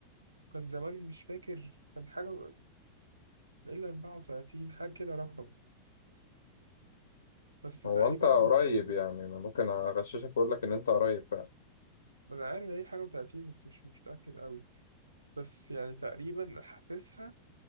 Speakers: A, on the right; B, on the left.
A: كان زمان مش فاكر كان حاجة لا الا اربعة وتلاتين حاجة كده رقم بس
B: هو
A: تقريبا
B: انت قريب يعني انا ممكن اغششك واقول لك ان انت قريب فعلا
A: ما انا عارف إن هي حاجة وتلاتين بس مش مش متأكد قوي بس يعني تقريبا حاسسها